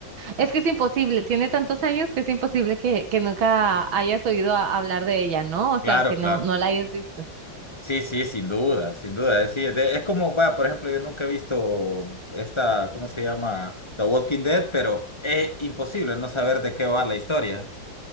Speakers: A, on the right; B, on the left.
A: Es que es imposible, tiene tantos años que es imposible que, que nunca hayas oído a- hablar de ella, ¿no? O
B: Claro,
A: sea, aunque no,
B: claro.
A: no la hayas visto.
B: Sí, sí, sin duda, sin duda. Es, Sí, es, de- es como, va, por ejemplo, yo nunca he visto esta, ¿cómo se llama? The Walking Dead, pero es imposible no saber de qué va la historia.